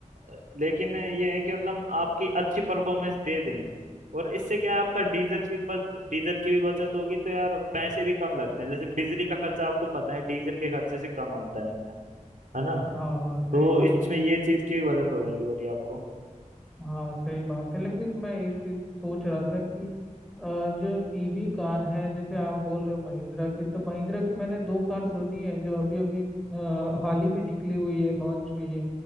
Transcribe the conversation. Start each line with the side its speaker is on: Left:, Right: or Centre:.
Right: अ, लेकिन ये है कि मतलब आपकी अच्छी परफॉर्मेंस दे देंगी और इससे क्या है, आपका डीजल भी बच डीजल की भी बचत होगी तो यार पैसे भी कम लगते हैं जैसे बिजली का खर्चा आपको पता है डीजल के खर्चे से कम आता है है ना
Centre: हाँ हाँ सही
Right: तो
Centre: बात
Right: इसमें ये चीज की मदद हो जाएगी बढ़िया आपको
Centre: हाँ सही बात है लेकिन मैं एक चीज सोच रहा था कि अ, जो ईवी कार है जैसे आप बोल रहे हो महिंद्रा की तो महिंद्रा की मैंने दो कार सुनी है जो अभी अभी अ, हाल ही में निकली हुई है लॉन्च हुई है